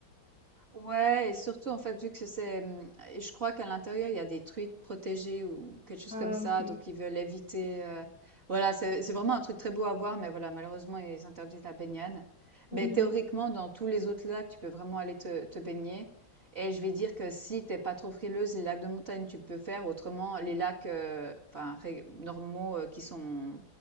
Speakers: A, on the right (about 35°); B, in the centre.
A: Ouais et surtout, en fait, vu que c'est, mmh et je crois qu'à l'intérieur, il y a des truites protégées ou quelque chose
B: Ah,
A: comme ça,
B: ok.
A: donc ils veulent éviter, heu voilà, c'est c'est vraiment un truc très beau à voir, mais voilà, malheureusement, ils interdisent la baignade.
B: Mhm.
A: Mais théoriquement, dans tous les autres lacs, tu peux vraiment aller te te baigner et je vais dire que si t'es pas trop frileuse, les lacs de montagne, tu peux faire. Autrement, les lacs, heu, enfin ré normaux, heu, qui sont